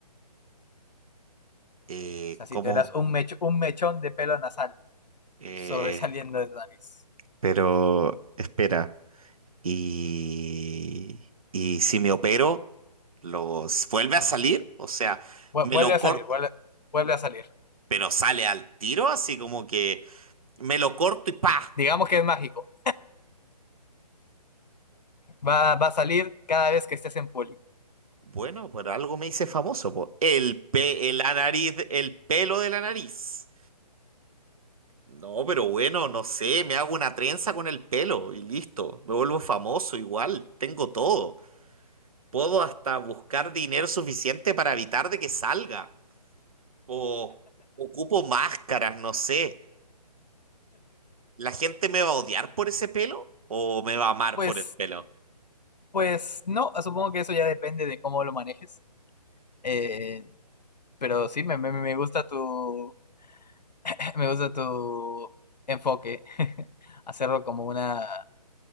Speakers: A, on the right (about 55°); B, on the left (about 80°).
A: eh,
B: O sea, si
A: ¿cómo?
B: tendrás un, mech- un mechón de pelo nasal
A: Eh,
B: sobresaliendo de tu nariz.
A: pero espera, y, y si me opero, ¿los vuelve a salir? O sea,
B: Vu-
A: me
B: vuelve
A: lo
B: a
A: corto,
B: salir, vuelve, vuelve a salir.
A: pero sale al tiro, así como que me lo corto y ¡pa!
B: Digamos que es mágico. Va, va a salir cada vez que estés en poli.
A: Bueno, por algo me hice famoso, po. El pe, la nariz, el pelo de la nariz. No, pero bueno, no sé, me hago una trenza con el pelo y listo. Me vuelvo famoso igual, tengo todo. Puedo hasta buscar dinero suficiente para evitar de que salga. O ocupo máscaras, no sé. ¿La gente me va a odiar por ese pelo o me va a amar
B: Pues
A: por el pelo?
B: Pues no, supongo que eso ya depende de cómo lo manejes. eh, pero sí, me, me- me gusta tu, <laughs> me gusta tu enfoque, <laughs> hacerlo como una,